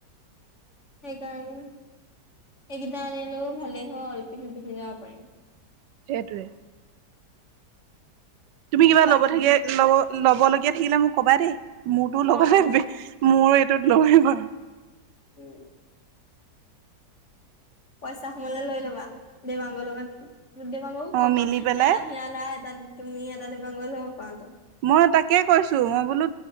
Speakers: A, on the left; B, on the right.
A: সেইকাৰণে সেইকেইটা আনিলেও ভালেই হ'ল পিন্ধি যাব পাৰিম
B: সেইটোৱে। তুমি কিবা
A: বাকী
B: ল'ব থাকে ল'ব ল'বলগীয়া থাকিলে মোক ক'বা দেই, মোৰতো ল'বা
A: অ অ
B: মোৰো এইটোত নহয় বাৰ
A: উম। পইচা সমালে লৈ ল'বা, দেবাংগৰ লগত। দিবংক
B: অ'
A: ক'ৰপা,
B: মিলি পেলাই
A: এটা হিয়লা, এটা তুমি এটা দেবংক ল'ব পাৰাতো।
B: মই তাকে কৈছোঁ, মই বোলো